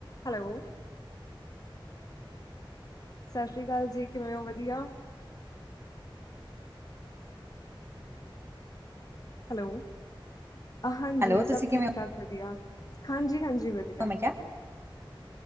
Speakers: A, on the left (about 45°); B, on the right (about 25°).
A: ਹੈਲੋ? ਸਾ ਸ੍ਰੀ ਕਾਲ ਜੀ। ਕਿਵੇਂ ਹੋ ਵਧੀਆ? ਹੈਲੋ, ਅ ਹਾਂਜੀ
B: ਹੈਲੋ
A: ਸਭ
B: ਤੁਸੀਂ
A: ਠੀਕ-ਠਾਕ
B: ਕਿਵੇਂ
A: ਵਧੀਆ। ਹਾਂਜੀ ਹਾਂਜੀ ਵਧ ਧੀਆ,
B: ਹੋ ਮੈਂ ਕਿਹਾ